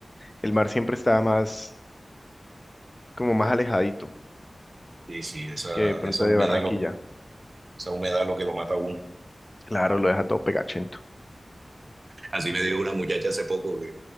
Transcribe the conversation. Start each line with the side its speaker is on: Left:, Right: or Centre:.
Left: el mar siempre está más, como más alejadito
Right: Sí, sí, esa,
Left: que de pronto
Right: esa humedad
Left: de Barranquilla.
Right: es lo que, esa humedad es lo que lo mata a uno.
Left: Claro, lo deja todo pegachento,
Right: Así me dijo una muchacha hace poco que,